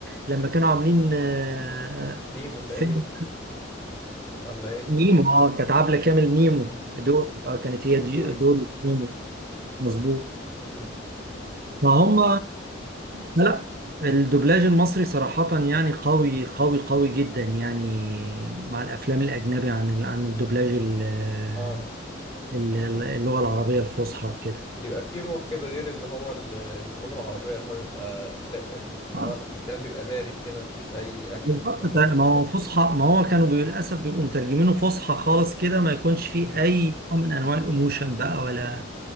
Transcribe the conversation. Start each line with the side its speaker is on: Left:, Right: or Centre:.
Right: لما كانوا عاملين آه،
Left: نيمو تقريبا
Right: فيلم
Left: ولا ايه
Right: نيمو اه كانت عبلة كامل نيمو
Left: امم
Right: دوري اه كانت هي دي
Left: دوري
Right: دوري نيمو مظبوط
Left: امم
Right: فهم لا الدوبلاج المصري صراحة يعني قوي قوي قوي جدا يعني مع الأفلام الأجنبي عن ال- عن الدوبلاج ال- آه،
Left: اه
Right: ال- اللغة العربية الفصحى وكده
Left: بيبقى فيه روح كده غير اللي هو ال- البلوغ العربية اللي هو بيبقى ب... اللي
Right: آه،
Left: هو الكلام بيبقى بارد كده مفيش أي أكشن
Right: بالظبط
Left: في الموضوع
Right: طيب، ما هو فصحى ما هو كانوا بي- للأسف بيبقوا مترجمينه فصحى خالص كده ما يكونش فيه
Left: امم
Right: أي نوع من أنواع الإيموشن بقى ولا